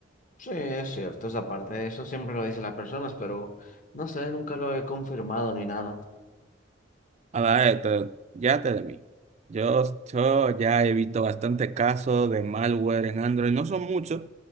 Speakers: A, on the left; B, on the right.
A: Sí, es cierto, esa parte. Eso siempre lo dicen las personas, pero no sé, nunca lo he confirmado ni nada.
B: A ver, esto, ya te de mí. Yo, yo ya he visto bastantes casos de malware en Android. No son muchos,